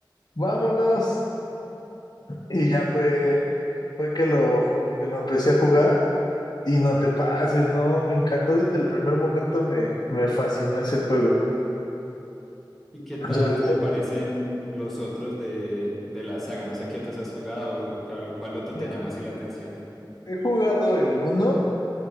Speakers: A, on the left; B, in the centre.
A: vámonos. Y ya fue, fue que lo, que lo empecé a jugar. Y no te pases, no, me encantó desde el primer momento, me, me fascinó ese juego.
B: ¿Y qué tal
A: Sobre
B: te
A: todo,
B: parecen los otros de, de la saga? No sé qué otros has jugado o, o cuál, cuál otro
A: mira,
B: te llamó así la atención.
A: he jugado el uno